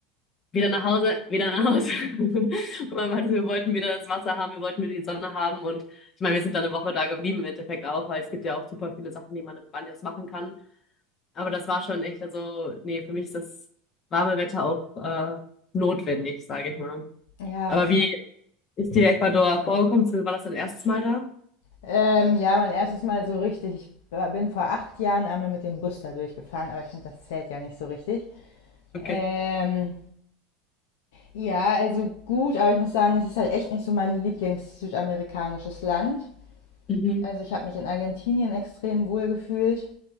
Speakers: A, on the left (about 40°); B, on the left (about 70°).
A: wieder nach Hause, wieder nach Hause. <laughs> Und man meinte, so, wir wollten wieder das Wasser haben, wir wollten wieder die Sonne haben. Und ich meine, wir sind dann eine Woche da geblieben im Endeffekt auch, weil es gibt ja auch super viele Sachen, die man in Banyos machen kann. Aber das war schon echt, also, nee, für mich ist das warme Wetter auch äh, notwendig, sage ich mal.
B: Ja.
A: Aber wie ist dir Ecuador vorgekommen? War das dein erstes Mal da?
B: Ähm, ja, mein erstes Mal so richtig. Ich war- bin vor acht Jahren einmal mit dem Bus da durchgefahren, aber ich finde, das zählt ja nicht so richtig.
A: Okay.
B: Ähm, ja, also gut, aber ich muss sagen, es ist halt echt nicht so mein Lieblings-südamerikanisches Land.
A: Mhm.
B: Also ich habe mich in Argentinien extrem wohl gefühlt.